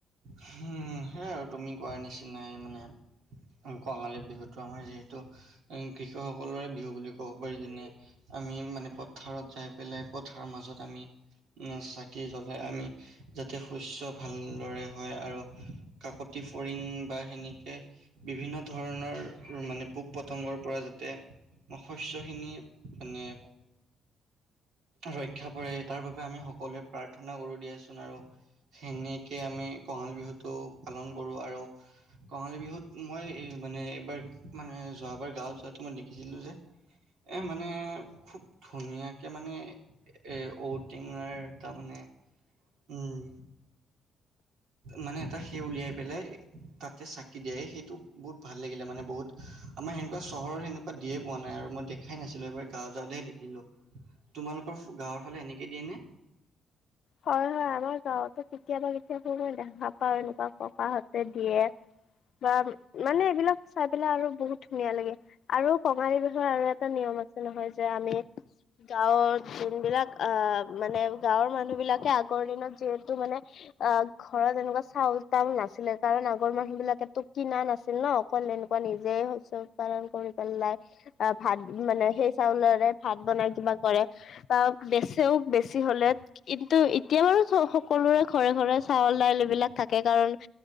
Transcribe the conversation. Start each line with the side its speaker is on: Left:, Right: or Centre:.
Right: হম সেইয়াই আৰু তুমি কোৱাৰ নিচিনাই মানে কঙালী বিহুটো আমাৰ যিহেতু কৃষকসকলৰে বিহু বুলি ক'ব পাৰি যেনে আমি মানে পথাৰত যাই পেলাই পথাৰৰ মাজত আমি চাকি জ্বলাই আমি যাতে শস্য ভাল দৰে হয় আৰু কাকতি ফৰিং বা সেনেকে বিভিন্ন ধৰণৰ মানে পোক পতংগৰ পৰা যাতে শস্যখিনি মানে ৰক্ষা পৰে তাৰ বাবে আমি সকলোৱে প্ৰাৰ্থনা কৰো দিয়াচোন আৰু সেনে কে আমি কঙালী বিহুটো পালন কৰোঁ। আৰু কঙালী বিহুত মই এই মানে এইবাৰ মানে যোৱাবাৰ গাঁৱত যোৱাতো মই দেখিছিলো যে। এ মানে খুব ধুনীয়াকে মানে এই ঔটিঙাৰ তাৰ মানে উম। মানে এটা সেই উলিয়াই পেলাই তাতে চাকি দিয়ে সেইটো বহুত ভাল লাগিলে মানে বহুত আমাৰ সেনেকুৱা চহৰত সেনেকুৱা দিয়ে পোৱা নাই আৰু মই দেখাই নাছিলো এইবাৰ গাও যাওঁতেহে দেখিলো। তোমালোকৰ গাঁৱৰ ফালে এনেকে দিয়ে নে?
Left: হয় হয় আমাৰ গাঁৱতো কেতিয়াবা কেতিয়াবা মই দেখা পাও এনেকুৱা ককাহতে দিয়ে। গাঁৱত মানে এইবিলাক চাই পেলাই আৰু বহুত ধুনীয়া লাগে। আৰু কঙালী বিহৰ আৰু এটা নিয়ম আছে নহয় যে আমি গাঁৱৰ যোনবিলাক আহ মানে গাঁৱৰ মানুহ বিলাকে আগৰ দিনত যিহেতু মানে অ ঘৰত এনেকুৱা চাউল-তাউল নাছিলে কাৰণ আগৰ মানুহ বিলাকেটো কিনা নাছিল ন'। অ এনেকুৱা নিজেই শস্য পালন কৰি পেলাই আহ ভাত মানে সেই চাউলেৰে ভাত বনাই কিবা কৰে বা বেচেও বেছি হ'লে। কিন্তু এতিয়া বাৰু সকলোৰে ঘৰে ঘৰে চাউল দাইল এইবিলাক থাকে কাৰণে